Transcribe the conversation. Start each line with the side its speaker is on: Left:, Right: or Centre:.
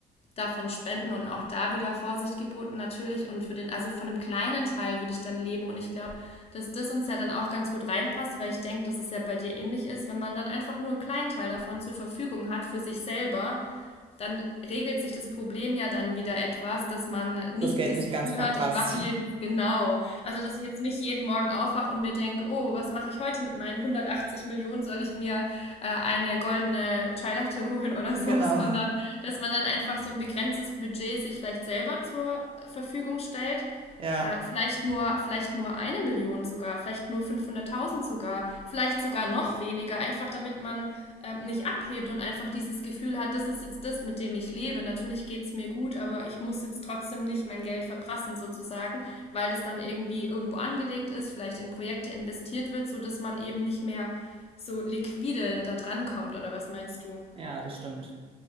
Left: davon spenden und auch da wieder Vorsicht geboten natürlich und für den, also von einem kleinen Teil würde ich dann leben und ich glaube, dass das uns ja dann auch ganz gut reinpasst, weil ich denke, dass es ja bei dir ähnlich ist, wenn man dann einfach nur einen kleinen Teil davon zur Verfügung hat für sich selber, dann regelt sich das Problem ja dann wieder etwas, dass man nicht
Right: Das Geld
Left: das
Right: nicht
Left: Gefühl
Right: ganz verprasst.
Left: hat, ich wache hier
Right: <laughs>
Left: genau. Also, dass ich jetzt nicht jeden Morgen aufwache und mir denke, oh, was mache ich heute mit meinen 180 Millionen? Soll ich mir äh, eine goldene Chai Latte <laughs> holen oder so?
Right: Genau.
Left: <laughs> Sondern, dass man dann einfach so ein begrenztes Budget sich vielleicht selber zur Verfügung stellt
Right: Ja,
Left: äh, vielleicht nur, vielleicht nur eine Million sogar, vielleicht nur 500.000 sogar, vielleicht sogar noch weniger, einfach damit man ähm, nicht abhebt und einfach dieses Gefühl hat, das ist jetzt das, mit dem ich lebe. Natürlich geht's mir gut, aber ich muss jetzt trotzdem nicht mein Geld verprassen sozusagen, weil das dann irgendwie irgendwo angelegt ist, vielleicht in Projekte investiert wird, so dass man eben nicht mehr so liquide da dran kommt, oder was meinst du?
Right: ja, das stimmt.